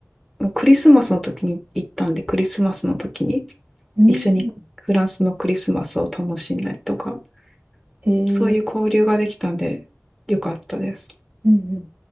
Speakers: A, in the centre; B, on the right.
A: クリスマスの時に行ったんで、クリスマスの時に
B: うん、
A: 一緒にフランスのクリスマスを楽しんだりとか、
B: へえ、
A: そういう交流ができたんで、よかったです。
B: うんうん